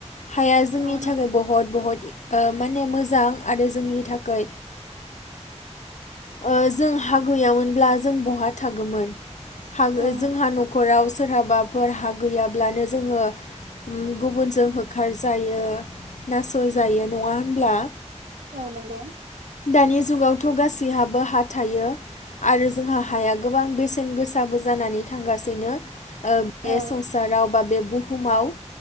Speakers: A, on the left (about 75°); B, on the right (about 80°).
A: हाया जोंनि
B: औ
A: नि
B: नंगौ
A: थाखाय बहुत बहत ओ माने मोजां आरो जोंनि थाखै ओ जों हा गैयामोनब्ला जों बहा थागौमोन? हागै
B: औ
A: जोंहा नखराव सोरहाबाफोर हा गैयाब्लानो जोङो गुबुनजों होखारजायो। नासय जायो नङा होनब्ला?
B: औ नंगौ
A: दानि जुगाव गासैहाबो हा थायो आरो जोंहा हाया गोबां बेसेन गोसाबो जानानै थांगासिनो। ओ
B: औ
A: बे संसाराव बा बे बुहुमाव